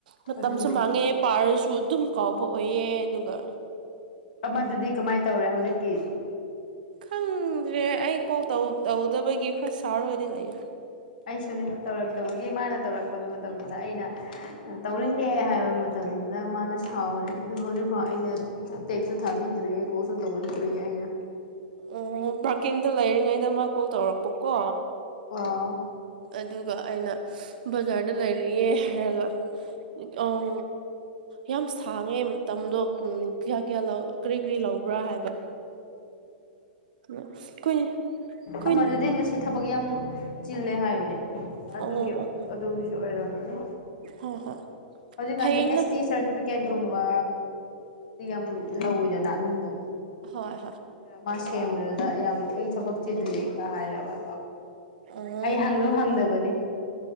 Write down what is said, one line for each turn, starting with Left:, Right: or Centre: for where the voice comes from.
Right: ꯃꯇꯝꯁꯨ
Left: ꯑꯗꯨꯅꯦ
Right: ꯃꯥꯡꯉꯦ ꯄꯥꯔꯁꯨ ꯑꯗꯨꯝ ꯀꯥꯎꯕ ꯑꯣꯏꯑꯦ ꯑꯗꯨꯒ
Left: ꯑꯃꯗꯨꯗꯤ ꯀꯃꯥꯏꯅ ꯇꯧꯔꯦ ꯍꯧꯖꯤꯛꯀꯤ
Right: ꯈꯪꯗ꯭ꯔꯦ ꯑꯩ ꯀꯣꯜꯧ ꯇꯧꯗꯕꯒꯤ ꯈꯔ ꯁꯥꯎꯔꯒꯗꯤ ꯂꯩꯌꯦ
Left: ꯑꯩꯁꯨꯅꯦ ꯇꯧꯔꯛꯇꯕꯒꯤ ꯃꯥꯅ ꯇꯧꯔꯛꯄꯗꯨ ꯃꯇꯝꯗ ꯑꯩꯅ ꯇꯧꯅꯤꯡꯒꯦ ꯍꯥꯏꯕ ꯃꯇꯝꯗꯨꯗ ꯃꯥꯅ ꯁꯥꯎꯔꯦ ꯑꯗꯣ ꯍꯧꯖꯤꯛꯐꯥꯎ ꯑꯩꯅ ꯇꯦꯛꯁꯨ ꯊꯥꯕꯤꯗ꯭ꯔꯦ ꯀꯣꯠꯁꯨ ꯇꯧꯔꯛꯇ꯭ꯔꯦ ꯑꯩꯅ
Right: ꯑꯣ ꯄꯥꯔꯀꯤꯡꯗ ꯂꯩꯔꯤꯉꯩꯗ ꯃꯥ ꯀꯣꯜ ꯇꯧꯔꯛꯄꯀꯣ
Left: ꯑ
Right: ꯑꯗꯨꯒ ꯑꯩꯅ ꯕꯖꯥꯔꯗ ꯂꯩꯔꯤꯌꯦ ꯍꯥꯏꯔꯒ ꯑꯪ ꯌꯥꯝ ꯁꯥꯡꯉꯦ ꯃꯇꯝꯗꯣ ꯀꯌꯥ ꯀꯌꯥ ꯀꯔꯤ ꯀꯔꯤ ꯂꯧꯕ꯭ꯔꯥ ꯍꯥꯏꯕ ꯑꯩꯈꯣꯏ ꯑꯩꯈꯣꯏ
Left: ꯎꯝ ꯃꯗꯨꯗꯤ ꯁꯤ ꯊꯕꯛ ꯌꯥꯝ ꯆꯤꯜꯂꯦ ꯍꯥꯏꯕꯅꯦ ꯑꯗꯨꯒꯤ
Right: ꯑꯣ ꯑꯣ
Left: ꯑꯗꯨꯒꯤꯁꯨ ꯑꯣꯏꯔꯝꯝꯕꯅꯤ
Right: ꯍꯣꯏ ꯍꯣꯏ
Left: ꯍꯧꯖꯤꯛꯥꯟꯦ
Right: ꯐꯩꯅ
Left: ꯑꯦꯁ ꯇꯤ ꯁꯔꯇꯤꯐꯦꯠ ꯇꯤꯀꯦꯠꯒꯨꯝꯕ ꯌꯥꯝ ꯂꯧꯋꯤꯗꯅ ꯃꯤꯗꯣ
Right: ꯍꯣꯏ ꯍꯣꯏ
Left: ꯃꯥ ꯁꯦꯝꯕꯨꯔꯗ ꯌꯥꯝ ꯑꯩ ꯊꯕꯛ ꯆꯤꯜꯂꯤꯒ ꯍꯥꯏꯔꯒ
Right: ꯑꯣ
Left: ꯑꯩ ꯍꯪꯗꯣ ꯍꯪꯗꯕꯅꯤ